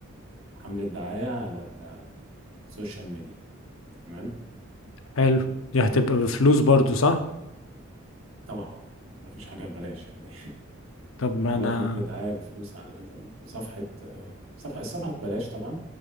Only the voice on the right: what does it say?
حمله دعايه على السوشيال ميديا تمام
طبعا مفيش حاجه ببلاش يعني
يعملوا
حملة دعاية بفلوس على الإنترنت وصفحة آه، صفحة الصفحة ببلاش طبعا